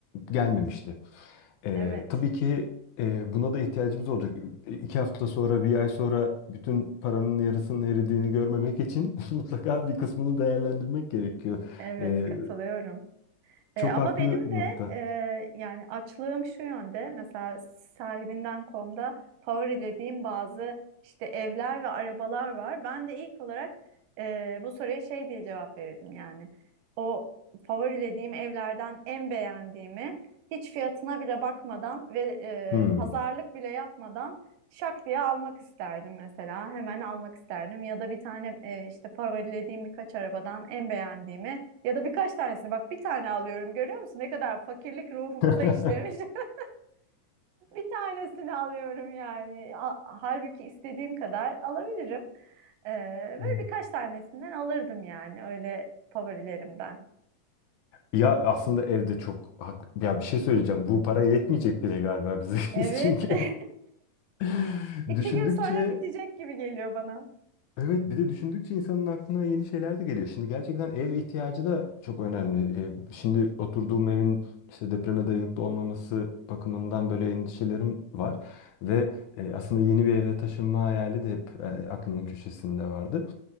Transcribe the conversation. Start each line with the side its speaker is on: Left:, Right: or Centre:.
Left: gelmemişti. Ee,
Right: Evet,
Left: tabii ki e, buna da ihtiyacımız olacak. E, İki hafta sonra, bir ay sonra bütün paranın yarısının eridiğini görmemek için <laughs> mutlaka bir kısmını değerlendirmek gerekiyor.
Right: evet
Left: Ee,
Right: katılıyorum.
Left: çok
Right: E, ama
Left: haklı
Right: benim de
Left: nokta.
Right: e, yani açlığım şu yönde mesela sahibinden komda favorilediğim bazı işte evler ve arabalar var. Ben de ilk olarak e, bu soruya şey diye cevap verirdim yani o favorilediğim evlerden en beğendiğimi hiç fiyatına bile bakmadan ve e,
Left: Hmm.
Right: pazarlık bile yapmadan şak diye almak isterdim mesela hemen almak isterdim ya da bir tane e, işte favorilediğim birkaç arabadan en beğendiğimi ya da birkaç tanesini bak bir tane alıyorum görüyor musun? Ne kadar fakirlik ruhumuza
Left: <laughs>
Right: işlemiş. <laughs> Bir tanesini alıyorum yani. A- Halbuki istediğim kadar alabilirim. Ee, böyle
Left: Evet.
Right: birkaç tanesinden alırdım yani öyle favorilerimden.
Left: Ya aslında evde çok haklı. Ya bir şey söyleyeceğim. Bu para yetmeyecek bile galiba bize.
Right: Evet.
Left: <laughs> Çünkü
Right: <laughs>
Left: <laughs>
Right: İki
Left: düşündükçe
Right: gün sonra bitecek gibi geliyor bana.
Left: Evet, bir de düşündükçe insanın aklına yeni şeyler de geliyor. Şimdi gerçekten ev ihtiyacı da çok önemli. Ev, şimdi oturduğum evin işte depreme dayanıklı olmaması bakımından böyle endişelerim var. Ve e, aslında yeni bir eve taşınma hayali de hep e, aklımın köşesinde vardı.